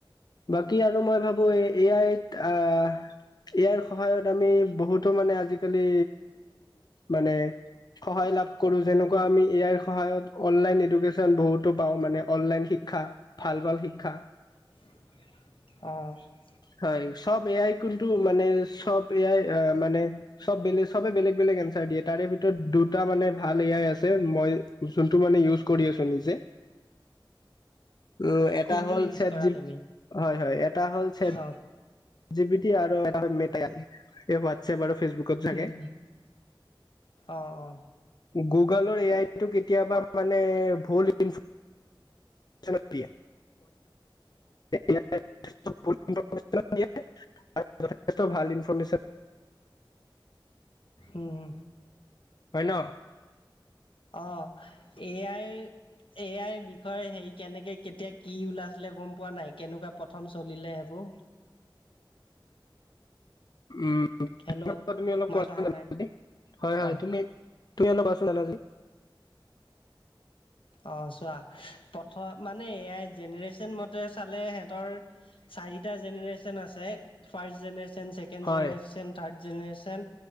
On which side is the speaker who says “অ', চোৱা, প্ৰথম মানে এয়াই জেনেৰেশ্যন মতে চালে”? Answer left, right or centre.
Left